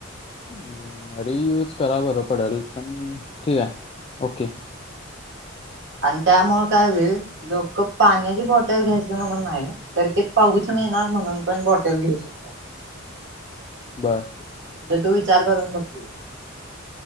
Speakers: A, on the left; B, on the right.
A: हम् रियूज करा बरं पडेल पण ठीक आहे ओके
B: आणि त्यामुळे काय होईल लोक पाण्याची बॉटल घ्यायचे म्हणून नाही तर ते पाऊच मिळणार म्हणून पण बॉटल घेऊ शकतात
A: बर
B: म्हणजे तू विचार करून बघते